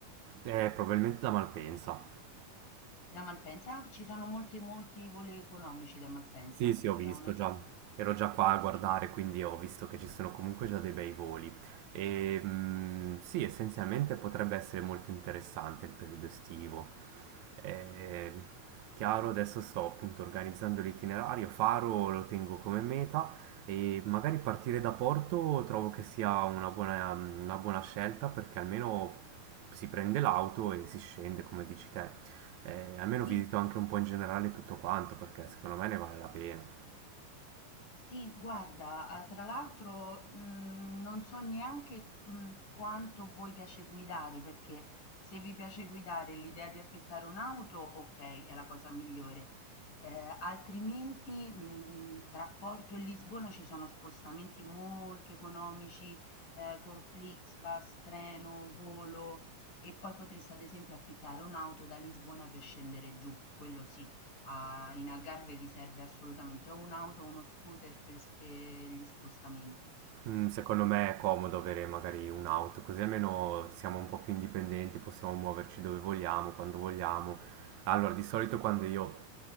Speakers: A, on the right; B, on the left.
A: Eh, probabilmente da Malpensa.
B: Da Malpensa? Ah, Ci sono molti molti voli economici da Malpensa
A: Sì,
B: perché
A: sì, ho visto
B: ho un'amica
A: già, ero già qua a
B: sì,
A: guardare, quindi ho visto che ci sono comunque già dei bei voli. E mm, sì, essenzialmente potrebbe essere molto interessante il periodo estivo. Eh, chiaro, adesso sto appunto organizzando l'itinerario, Faro lo tengo come meta e magari partire da Porto trovo che sia una buona, una buona scelta perché almeno si prende l'auto e si scende, come dici te. Eh, almeno
B: sì.
A: visito anche un po' in generale tutto quanto perché secondo me ne vale la pena.
B: Sì, guarda, ah, tra l'altro, mh, non so neanche, mh, quanto voi piace guidare, perché se vi piace guidare l'idea di affittare un'auto, ok, è la cosa migliore. Eh, altrimenti, mh, tra Porto e Lisbona ci sono spostamenti molto economici, eh, con Flixbus, treno, volo, e poi potreste ad esempio affittare un'auto da Lisbona per scendere giù, quello sì. A in Algarve vi serve assolutamente o un'auto o uno scooter per sp ehm, gli spostamenti.
A: Mm, secondo me è comodo avere magari un'auto, così almeno siamo un po' più indipendenti, possiamo muoverci dove vogliamo, quando vogliamo. Allora, di solito quando io